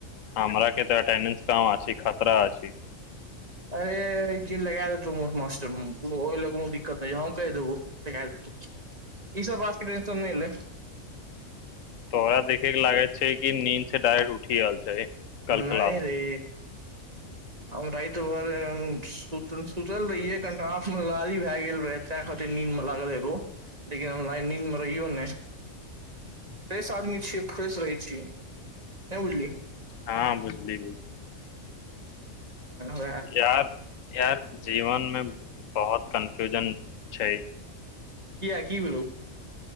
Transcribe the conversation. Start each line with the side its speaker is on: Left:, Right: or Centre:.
Left: हमरा के तऽटेडेंस काम खतरा ठीक
Right: अरे रे की लगा देतौ मुँह मे मास्टर ओहि ल कोनो दिक्कत नहि छै हम कहि देबो लगा देतौ ई सब बात के टेंशन नहि ले
Left: तो ओकरा देखे के लागैत छै कि नींद से डायरेक्ट उठि रहल छै कल
Right: नहि
Left: क्लास
Right: रे
Left: मे
Right: हम राति भरि सुत सुतल रहियै कनिटा आँखिमे लाली भए गेल रहै तैँ खातिर नीन्दमे लागल हेबो लेकिन हम नीन्दमे रहि नहि फ्रेश आदमी छियै फ्रेश रहै छियै नहि बुझली
Left: हँ बुजली
Right: वएह
Left: यार यार जीवनमे बहुत कन्फ्यूजन छै
Right: किया की भेलयौ